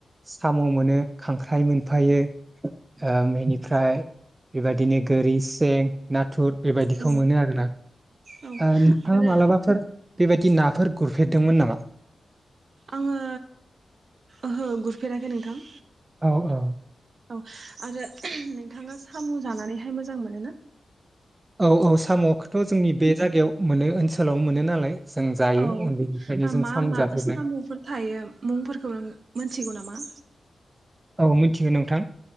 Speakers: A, on the right; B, on the right.
A: सामु मोनो खांख्राइ मोनफायो ओ बेनिफ्राय बेबायदिनो गोरि सें नाथुर बेबायदिखौ
B: औ
A: मोनो आरोना
B: औ आरो
A: मालाबाफोर बेबायदि नाफोर गुरफेरदोंमोन नामा
B: आंङो ओहो गुरफेराखै नोंथां
A: औ औ
B: औ आरो नोंथांङा सामु जानानैहाय मोजां मोनो ना
A: औ औ साम खौथ जोंनि बे जागायाव मोनो ओनसो लाव मोनो नालाय जों जायो
B: औ
A: उन्दैनिफ्रायनो जों
B: मा
A: साम'
B: मा
A: जाफेरनाय
B: सामुफोर थायो मुंफोरखौ नों मोनथिगौ नामा
A: औ मिथिगो नोंथां